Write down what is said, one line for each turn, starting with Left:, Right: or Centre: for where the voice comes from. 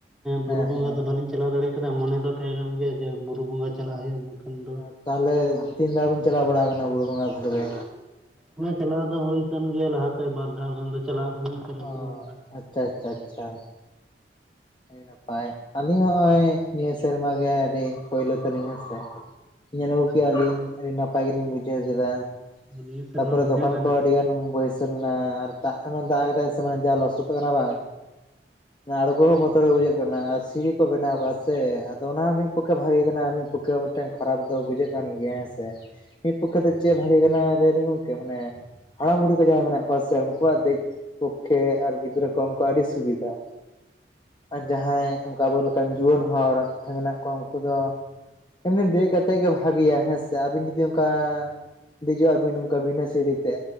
Centre: ᱵᱩᱨᱩ
Left: ᱦᱮᱸ
Centre: ᱵᱚᱸᱜᱟ
Left: ᱦᱮᱸ
Centre: ᱫᱚ ᱵᱟᱞᱤᱧ ᱪᱟᱞᱟᱣ ᱫᱟᱲᱮ ᱟᱠᱟᱫᱟ ᱢᱚᱱᱮ ᱫᱚ ᱛᱟᱦᱮᱸ ᱠᱟᱱ ᱜᱮᱭᱟ᱾ ᱡᱮ ᱵᱩᱨᱩ ᱵᱚᱸᱜᱟ ᱪᱟᱞᱟᱜ ᱦᱩᱭᱩᱜᱼᱟ ᱢᱮᱱᱠᱷᱟᱱ ᱫᱚ
Left: ᱟᱨ ᱛᱟᱦᱚᱞᱮ ᱛᱤᱱ ᱫᱷᱟᱣ ᱵᱤᱱ ᱪᱟᱞᱟᱣ ᱵᱟᱲᱟ ᱟᱠᱟᱱᱟ ᱵᱩᱨᱩ ᱵᱚᱸᱜᱟ ᱠᱚ ᱛᱚᱵᱮ?
Centre: ᱪᱟᱞᱟᱣ ᱫᱚ ᱦᱩᱭ ᱠᱟᱱ ᱜᱮᱭᱟ ᱞᱟᱦᱟᱛᱮ ᱵᱟᱨ ᱫᱷᱟᱣ ᱜᱟᱱ ᱫᱚ ᱪᱟᱞᱟᱣ ᱦᱩᱭ ᱠᱟᱱᱟ
Left: ᱚ
Centre: ᱵᱩᱨᱩ ᱵᱚᱸᱜᱟ᱾
Left: ᱟᱪᱷᱟ, ᱟᱪᱷᱟ-ᱟᱪᱷᱟ᱾ ᱟᱹᱰᱤ ᱱᱟᱯᱟᱭ᱾ ᱟᱹᱞᱤᱧ ᱦᱚᱸᱜᱼᱚᱭ ᱱᱤᱭᱟᱹ ᱥᱮᱨᱢᱟ ᱜᱮ ᱟᱹᱰᱤ ᱯᱚᱭᱞᱚ ᱛᱟᱹᱞᱤᱧ ᱦᱮᱸ ᱥᱮ ᱾ ᱧᱮᱞ ᱟᱹᱜᱩ ᱠᱮᱜᱼᱟ ᱞᱤᱧ ᱟᱹᱰᱤ ᱱᱟᱯᱟᱭ ᱜᱮᱞᱤᱧ ᱵᱩᱡᱷᱟᱹᱣ ᱠᱮᱫᱟ᱾
Centre: ᱱᱤᱭᱟᱹ ᱥᱮᱨᱢᱟ
Left: ᱛᱟᱯᱚᱨᱮ
Centre: ᱵᱮᱱ
Left: ᱫᱚᱠᱟᱱ
Centre: ᱦᱮᱡ ᱞᱮᱱᱟ?
Left: ᱠᱚ ᱟᱹᱰᱤ ᱜᱟᱱ ᱵᱚᱭ ᱞᱮᱱᱟ ᱟᱨ ᱫᱟᱜ ᱮᱢᱚᱱ ᱫᱟᱜ ᱠᱮᱫᱟᱭ ᱥᱮ ᱡᱟ ᱞᱚᱥᱚᱫ ᱟᱠᱟᱱᱟ ᱵᱟᱝ ᱟᱬᱜᱚ ᱦᱚᱸ ᱵᱚᱛ ᱵᱚᱛᱚᱨ ᱵᱩᱡᱷᱟᱹᱜ ᱠᱟᱱᱟ ᱟᱨ ᱥᱤᱲᱤ ᱠᱚ ᱵᱮᱱᱟᱣ ᱠᱟᱜᱼᱟ ᱥᱮ ᱟᱫᱚ ᱚᱱᱟ ᱢᱤᱫ ᱯᱚᱠᱷᱮ ᱵᱷᱟᱜᱮ ᱠᱟᱱᱟ ᱟᱨ ᱢᱤᱫ ᱯᱚᱠᱷᱮ ᱢᱤᱫᱴᱟᱝ ᱠᱷᱟᱨᱟᱯ ᱫᱚ ᱵᱩᱡᱷᱟᱹᱜ ᱠᱟᱱ ᱜᱮᱭᱟ ᱦᱮᱸ ᱥᱮ, ᱢᱤᱫ ᱯᱚᱠᱷᱮ ᱫᱚ ᱪᱮᱫ ᱵᱷᱟᱜᱮ ᱠᱟᱱᱟ ᱞᱟᱹᱭ ᱞᱤᱧ ᱜᱚᱢᱠᱮ ᱢᱟᱱᱮ ᱦᱟᱲᱟᱢ ᱵᱩᱰᱦᱤ ᱠᱚ ᱡᱟᱦᱟᱸᱭ ᱢᱮᱱᱟᱜ ᱠᱚᱣᱟ ᱥᱮ ᱩᱱᱠᱩᱣᱟᱜ ᱫᱮᱡ ᱯᱚᱠᱷᱮ ᱟᱨ ᱜᱤᱫᱽᱨᱟᱹ ᱠᱚ ᱩᱱᱠᱩᱣᱟᱜ ᱟᱹᱰᱤ ᱥᱩᱵᱤᱫᱷᱟ᱾ ᱟᱨ ᱡᱟᱦᱟᱸᱭ ᱚᱱᱠᱟ ᱟᱵᱚ ᱞᱮᱠᱟᱱ ᱡᱩᱣᱟᱹᱱ ᱦᱚᱲ ᱢᱮᱱᱟᱜ ᱠᱚᱣᱟ ᱩᱱᱠᱩ ᱫᱚ ᱮᱢᱱᱤ ᱫᱮᱡ ᱠᱟᱛᱮᱫ ᱜᱮ ᱵᱷᱟᱜᱮᱤᱭᱟ ᱦᱮᱸ ᱥᱮ ᱟᱹᱵᱤᱱ ᱡᱩᱫᱤ ᱚᱱᱠᱟ ᱫᱮᱡᱚᱜ ᱟᱵᱤᱱ ᱚᱱᱠᱟ ᱵᱤᱱᱟᱹ ᱥᱤᱨᱤᱛᱮ,